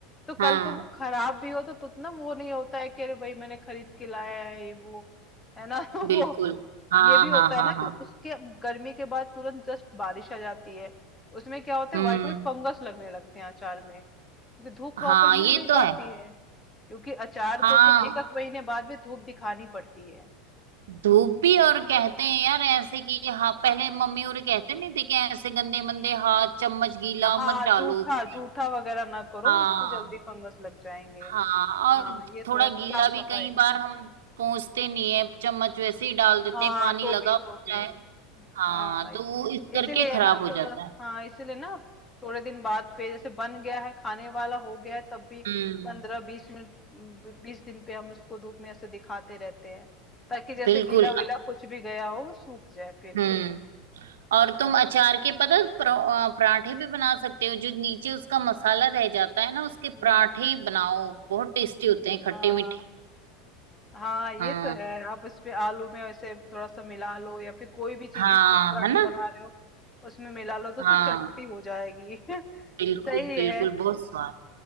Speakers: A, on the left (about 20°); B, on the right (about 80°).
A: तो
B: हाँ
A: कल को वो खराब भी हो तो उतना वो नहीं होता है कि अरे भाई मैंने खरीद के लाया है ये वो है ना <laughs> वो
B: बिल्कुल हाँ
A: ये भी होता
B: हाँ हाँ
A: है ना
B: हाँ
A: कि उसके गर्मी के बाद तुरंत जस्ट बारिश आ जाती है उसमें क्या होता
B: हम्म
A: है व्हाइट व्हाइट फंगस लगने लगते हैं अचार में क्योंकि धूप प्रॉपर
B: हाँ ये
A: मिल नहीं
B: तो
A: पाती
B: है
A: है क्योंकि अचार
B: हाँ
A: को तो एक एक महीने बाद भी धूप दिखानी पड़ती है
B: धूप भी और कहते हैं यार ऐसे कि हाँ पहले मम्मी और कहते नहीं थे कि ऐसे गंदे मंदे हाथ चम्मच गीला
A: हाँ
B: मत डालो
A: जूठा
B: उसमें
A: जूठा वगैरह ना करो
B: हाँ
A: उसमें जल्दी फंगस लग जाएंगे
B: हाँ और
A: हाँ ये
B: थोड़ा
A: थोड़ा
B: गीला
A: सा साफ
B: भी
A: सफाई
B: कई बार हम पहुंचते नहीं है चम्मच वैसे ही डाल देते
A: हाँ
B: हैं पानी
A: तो
B: लगा
A: भी
B: होता
A: तो भी
B: है हाँ
A: हाँ इस
B: तो वो इस
A: इसीलिए
B: करके खराब
A: ना
B: हो
A: थोड़ा
B: जाता है
A: हाँ इसीलिए ना थोड़े दिन बाद पे जैसे बन गया है खाने वाला हो गया है तब भी
B: हम्म
A: पंद्रह बीस मिनट बीस दिन पे हम उसको धूप में ऐसे दिखाते रहते हैं ताकि जैसे
B: बिल्कुल
A: गीला वीला कुछ भी गया हो वो सूख जाए फिर
B: हम्म
A: से
B: और तुम अचार के पता परा- आ, पराठे भी बना सकते हो जो नीचे उसका मसाला रह जाता है
A: हम्म,
B: ना उसके
A: हम्म,
B: पराठे
A: हम्म।
B: बनाओ बहुत टेस्टी होते
A: हाँ
B: हैं खट्टे मीठे
A: हाँ ये
B: हाँ
A: तो है आप इस पे आलू में ऐसे थोड़ा सा मिला लो या फिर कोई भी चीज
B: हाँ
A: जिसके आप पराठे
B: है ना
A: बना रहे हो उसमें मिला लो तो
B: हाँ
A: चट- चटपटी हो जाएगी <laughs>
B: बिल्कुल
A: सही
B: बिल्कुल
A: है
B: बहुत स्वाद